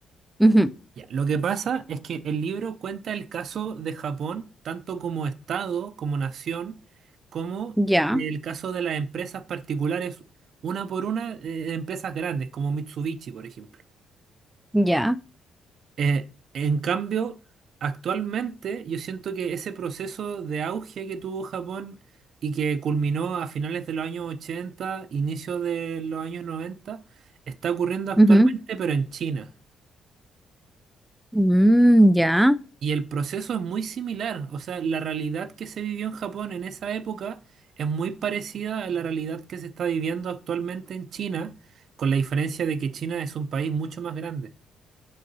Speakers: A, in the centre; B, on the right.
A: Ujú,
B: Ya, Lo que pasa es que el libro cuenta el caso de Japón, tanto como Estado, como nación, como
A: Ya,
B: el caso de las empresas particulares, una por una, eh, empresas grandes, como Mitsubishi, por ejemplo.
A: ya,
B: Eh, en cambio, actualmente yo siento que ese proceso de auge que tuvo Japón y que culminó a finales de los años 80, inicio de los años 90, está ocurriendo actualmente,
A: ujú,
B: pero en China.
A: mm, ya,
B: Y el proceso es muy similar, o sea, la realidad que se vivió en Japón en esa época es muy parecida a la realidad que se está viviendo actualmente en China, con la diferencia de que China es un país mucho más grande.